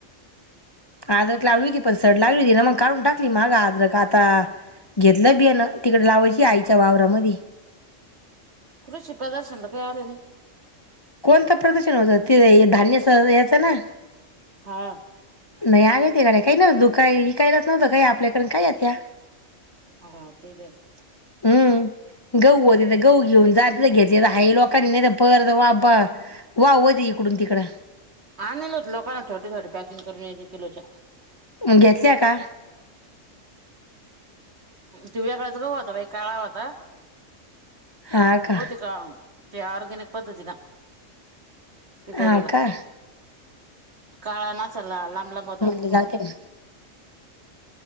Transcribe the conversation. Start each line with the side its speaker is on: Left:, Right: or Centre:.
Left: आद्रक लावली होती पण सड लागलीवती ना, मग काढून टाकली मागं आद्रक आताआ. घेतलं बीयानं. तिकडे लावायची आईच्या वावरामधी.
Right: कृषी पदर्शनला कायी आलं नाई.
Left: कोणतं प्रदशण होतं? ते धान्य स याचं ना?
Right: हा.
Left: नाई आले ते गड्या, कायी नवतं दुका इकायलाच नवतं काई आपल्याकडं अन काय येत्या?
Right: आगा ते दे <inaudible>
Left: हम्म. गहू होतेथं, गहू घेऊन जात नाही घेतलं त हाये लोकाचे नायत परत वापा. वावदय इकडून तिकडं.
Right: आणेल होते लोकांना छोटं, छोटं पॅकिंग करून एक एक किलोच्या.
Left: घेतल्या का?
Right: त्यो वेगळाच गहू होता बाई काळा होता.
Left: हा का
Right: होतिका? त्या ऑरगॅनिक पद्दतीनं? पिकवणीला,
Left: हा का
Right: काळा नाचला लांब लांब होता.
Left: ते जा <unintelligible> ते म <inaudible>